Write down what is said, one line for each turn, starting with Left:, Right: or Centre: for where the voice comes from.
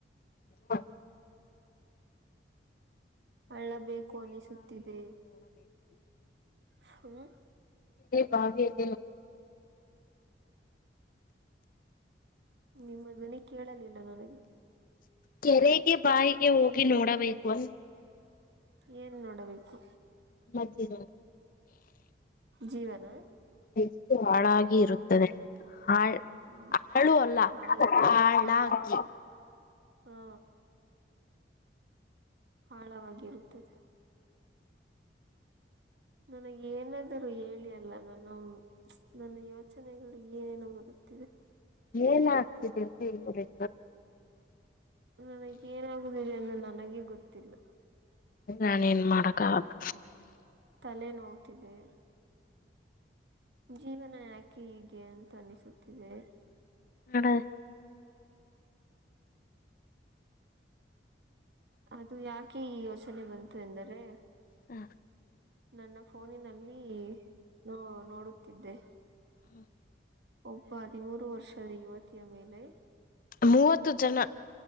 Left: ಹೌ
Right: ಅಳ್ಳಬೇಕು ಅನಿಸುತ್ತಿದೆ ಹ್ಮ
Left: ಭಾವ ಅ
Right: ನಿಮ್ಮದನ್ನೇ ಕೇಳಲಿಲ್ಲ ನನಗೆ
Left: ಕೆರೆಗೆ ಬಾಯಿಗೆ ಹೋಗಿ ನೋಡಬೇಕು ಅ
Right: ಏನ್ ನೋಡಬೇಕು
Left: ಮತ್ತೆ
Right: ಜೀವನ
Left: ಎಷ್ಟು ಹಾಳೆ ಇರುತ್ತದೆ ಆ
Right: ಹ್ಮ್
Left: ಆಳು ಅಲ್ಲ
Right: ಆಳ
Left: ಹಳ
Right: ಆಳ
Left: ಹಾಕಿ
Right: ಹಾ ಆಳವಾಗಿರುತ್ತದೆ ನನಗ್ ಏನಾದರುೂ ಹೇಳಿ ಅಲ್ಲ ನಾನ ನನ್ನ ಯೋಚನೆಗಳು ಏನೇನು ಬರುತ್ತಿದೆ
Left: ಏನ್ ಆಗ್ತಿದೆ ಅಂತವರ್
Right: ನನಗ ಏನಾಗುದಿದೆ ಅಂದ ನನಗೆ ಗೊತ್ತಿಲ್ಲ
Left: ಹ್ಮ ನಾನ ನ್ ಮಾಡಕ್ಕಾಗದ
Right: ತಲೆ ನೋತಿದೆ ಜೀವನ ಯಾಕೆ ಹೀಗೆ ಅಂತ ಅನಿಸುತ್ತಿದೆ
Left: ಹಡ
Right: ಅದು ಯಾಕೆ ಈ ಯೋಚನೆ ಬಂತು ಎಂದರೆ
Left: ಹಾ
Right: ನನ್ನ ಫೋನಿನಲ್ಲಿ ನೋ ನೋಡುತ್ತಿದ್ದೆ
Left: ಹ್ಮ
Right: ಒಬ್ಬ ಹದಿಮೂರು ವರ್ಷದ ಯುವತಿಯ ಮೇಲೆ.
Left: ಮೂವತ್ತು ಜನ.